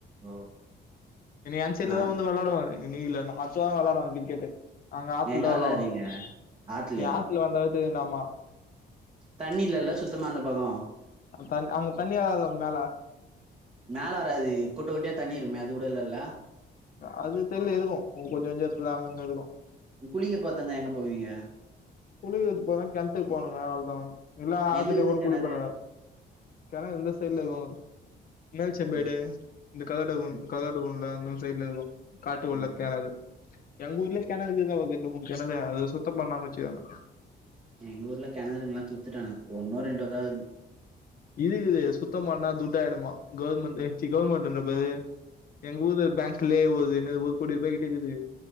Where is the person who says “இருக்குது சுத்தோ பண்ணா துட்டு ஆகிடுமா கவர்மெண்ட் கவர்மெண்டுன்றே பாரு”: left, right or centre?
Left